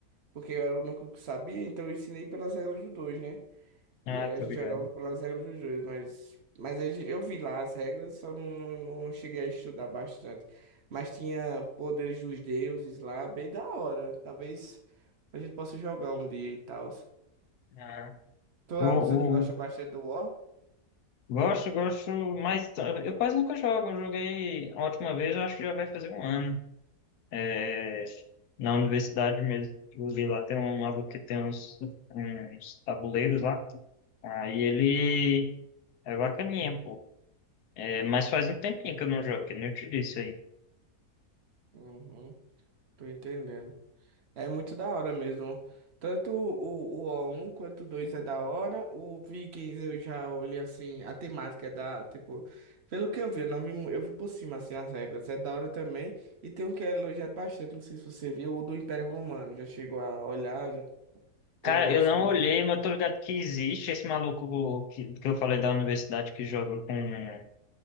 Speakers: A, on the right; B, on the left.
A: Porque eu era o único que sabia, então eu ensinei pelas regras do 2, né?
B: Ah,
A: E aí
B: tô
A: a gente
B: ligado.
A: jogava pelas regras dos dois, mas, mas a gen- eu vi lá as regras, só não, não, não cheguei a estudar bastante. Mas tinha poderes dos deuses lá, bem da hora. Talvez a gente possa jogar um dia e tal.
B: Aham.
A: Tu
B: O,
A: é
B: o,
A: uma pessoa que gosta bastante do War?
B: gosto, gosto, mas t- eu quase nunca jogo. Eu joguei a última vez, eu acho que já vai fazer um ano. é, na universidade mesmo. Eu vi lá, tem um lado que tem uns, uns tabuleiros lá. Aí ele é bacaninha, pô. É, mas faz um tempinho que eu não jogo, que nem eu te disse aí.
A: Uhum, tô entendendo. É muito da hora mesmo. Tanto o, o O1 quanto o 2 é da hora. O Vikings eu já olhei assim, a temática é da, tipo, pelo que eu vi, eu não vi, mu- eu vi por cima assim as regras. É da hora também. E tem um que é elogiado bastante, não sei se você viu, o do Império Romano. Já chegou a olhar, já tem
B: Cara,
A: uma noção
B: eu não
A: mais
B: olhei,
A: ou
B: mas eu tô ligado que existe esse maluco que, que eu falei da universidade que joga com.